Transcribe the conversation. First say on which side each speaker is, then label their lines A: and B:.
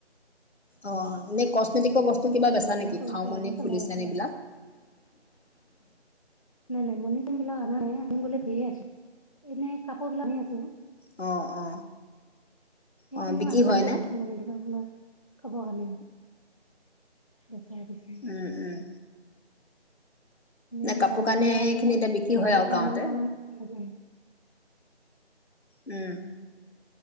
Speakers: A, on the left (about 70°); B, on the left (about 30°).
A: অ', এনে কচমেটিকৰ বস্তু কিবা
B: বৰ্তমান
A: বেচা
B: এতিয়া
A: নেকি
B: সৰু
A: খাৰু
B: সুৰাকে
A: মনি
B: চলাই
A: ফুলি
B: আছোঁ
A: চেন এইবিলাক?
B: আৰু।
A: <inaudible>
B: নাই নাই মনি-চনি বিলাক আনা নাই আনিম বুলি ভাবি আছো, এনে কাপোৰ বিলাক আনি আছো।
A: অ', - অ',।
B: সেইখিনিও
A: অ বিক্ৰী
B: আনিম
A: হয়
B: বুলি
A: নে
B: ভাবি ছো মানে দোকানখনত, থব কাৰণে, বেচা বেছি
A: উম-উম।
B: আমি
A: কাপোৰ
B: গাঁৱলীয়া
A: কানি এইখিনি
B: যে,
A: এতিয়া বিক্ৰী
B: ভালকে
A: হয় আৰু গাঁৱতে
B: ইমানটা মানত লগে।
A: উমঁ।